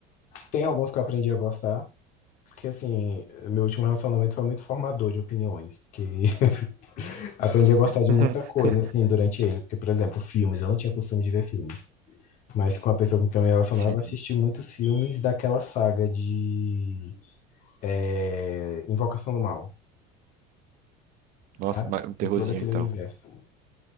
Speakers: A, on the left; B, on the right.
A: tem alguns que eu aprendi a gostar. Porque, assim, meu último relacionamento foi muito formador de opiniões. Porque <laughs> Aprendi a gostar de
B: <laughs>
A: muita coisa, assim, durante ele. Porque, por exemplo, filmes, eu não tinha costume de ver filmes. Mas com a pessoa com quem eu me relacionava,
B: Sim.
A: eu assisti muitos filmes daquela saga de é, Invocação do Mal, sabe?
B: Nossa, mas um terrorzinho,
A: E todo aquele
B: então.
A: universo.